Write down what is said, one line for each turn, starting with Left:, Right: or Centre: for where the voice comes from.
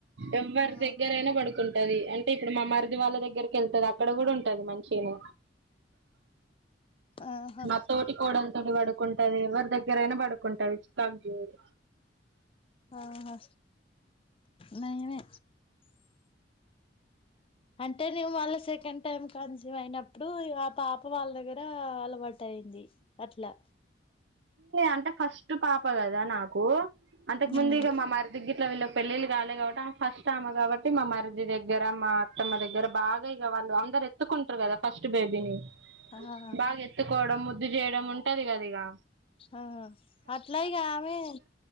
Right: ఎవర్
Left: ఆ
Right: దగ్గరైనా పడుకుం టది అంటే ఇప్పుడు మా మర్ది వాళ్ళ దగ్గర్కి వెళ్తది అక్కడ కూడా ఉంటది మంచిగానే
Left: ఆహా
Right: మత్తోటి కోడల్ విడువడు కుంటది. ఎవర్ దగ్గరైనా పడుకుంటది చికాకు చేయది.
Left: ఆహా నయమే అంటే నేన్ మళ్ళ సెకండ్ టైమ్ కాన్సివ్ అయినప్పుడు ఆ పాప వాళ్ళ దగ్గర అలవాటైంది అట్లా
Right: అంటే ఫస్ట్ పాప కదా నాకు అంతకు
Left: ఉమ్
Right: ముందు ఇగ మా మర్దికి గ్గిట్ల వీ పెళ్ళిళ్ళు కాలే కాబట్టి ఆమె ఫస్ట్ ఆమె కాబట్టి మా మరిది దగ్గర మా అత్తమ్మ దగ్గర బాగా ఇగ వాళ్ళు అందరు ఎత్తుకుంటారు కదా ఫస్ట్ బేబీని
Left: ఆ
Right: బాగా ఎత్తుకోవడం ము ద్దు చేయడం ము టది కదిగా
Left: ఆ అట్ల ఇగ ఆమె